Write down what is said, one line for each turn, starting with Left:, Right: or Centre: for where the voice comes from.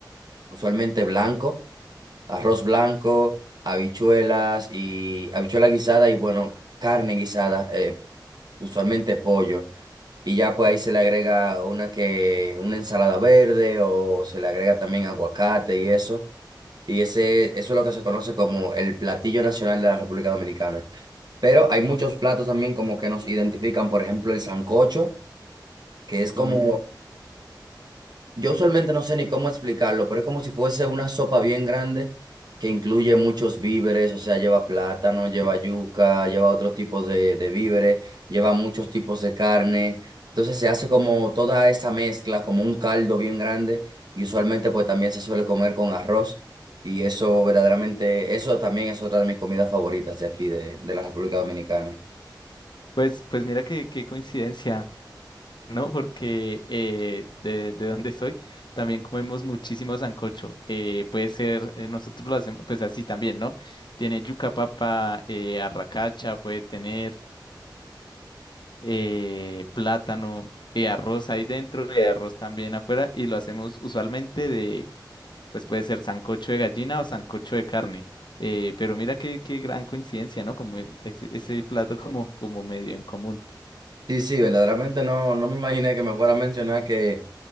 Right: usualmente blanco, arroz blanco, habichuelas y habichuela guisada y, bueno, carne guisada, eh, usualmente pollo. Y ya pues ahí se le agrega una que, una ensalada verde o se le agrega también aguacate y eso. Y ese, eso es lo que se conoce como el platillo nacional de la República Dominicana. Pero hay muchos platos también como que nos identifican, por ejemplo, el sancocho, que es como
Left: Uh,
Right: yo usualmente no sé ni cómo explicarlo, pero es como si fuese una sopa bien grande que incluye muchos víveres, o sea, lleva plátano, lleva yuca, lleva otros tipos de, de víveres, lleva muchos tipos de carne. Entonces se hace como toda esa mezcla, como un caldo bien grande y usualmente pues también se suele comer con arroz y eso verdaderamente, eso también es otra de mis comidas favoritas de aquí, de, de la República Dominicana.
Left: pues, pues mira qué, qué coincidencia. ¿no? Porque eh, de, de donde <laughs> soy también comemos muchísimo sancocho. Eh, puede ser, eh, nosotros lo hacemos pues así también, ¿no? Tiene yuca papa, eh, arracacha, puede tener eh, plátano, eh, arroz ahí dentro y arroz también afuera y lo hacemos usualmente de, pues puede ser sancocho de gallina o sancocho de carne. Eh, pero mira qué, qué gran coincidencia, ¿no? Como e- ese, ese plato <laughs> como, como medio en común.
Right: Sí, sí, verdaderamente no, no me imaginé que me fuera a mencionar que